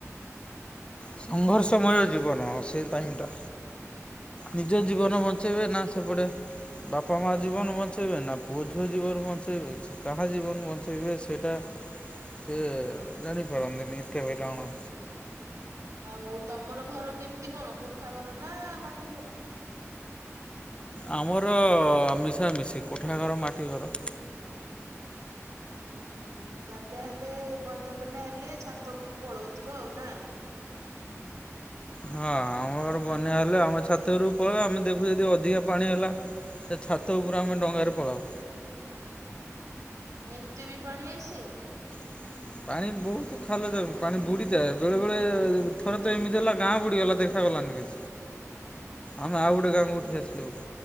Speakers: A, on the left; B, on the right.
A: ସଂଘର୍ଷମୟ ଜୀବନ ସେ ଟାଇମଟା। ନିଜ ଜୀବନ
B: ହୁଁ
A: ବଞ୍ଚେଇବେ ନା ସେପଟେ ବାପା ମା ଜୀବନ ବଞ୍ଚେଇବେ! ନା ପୁଅ ଝିଅ ଜୀବନ ବଞ୍ଚେଇବେ କାହା ଜୀବନ ବଞ୍ଚେଇବେ ସେଇଟା ସେ ଜାଣି ପାରନ୍ତିନି ଏତେ ହଇରାଣ।
B: ଆଉ ତମର ଘର କେମିତି କଣ କୋଠା ଘର ନା ମାଟି ଘର?
A: ଆମର ମିଶାମିଶି କୋଠା ଘର ମାଟି ଘର। <inaudible>
B: ହୁଁ ହୁଁ ବାତ୍ୟା ହେଲେ ବନ୍ୟା ବନ୍ୟା ହେଲେ ଛାତ ଉପରକୁ ପଳଉଥିବ ଆଉ ନା।
A: ହଁ ଆମ ଘର ବନ୍ୟା ହେଲେ ଆମ ଛାତ ଉପରକୁ ପଳେଇବୁ ଆମେ ଦେଖୁ ଯଦି ଅଧିକା ପାଣି ହେଲା। ଛାତ ଉପରେ ଆମେ ଡଙ୍ଗାରେ ପଳାଉ।
B: ଏତେ ବି ପାଣି ଆସେ।
A: ହୁଁ। ପାଣି ବହୁତ ଖାଲ ଯା ପାଣି ବୁଡ଼ିଯାଏ। ବେଳେବେଳେ ଥରେ ତ ଏମିତି ହେଲା ଗାଁ ବୁଡ଼ିଗଲା ଦେଖାଗଲାନି। ଆମେ ଆଉ ଗୋଟେ ଗାଁକୁ
B: ହୁଁ
A: ଉଠି ଆସିଲୁ।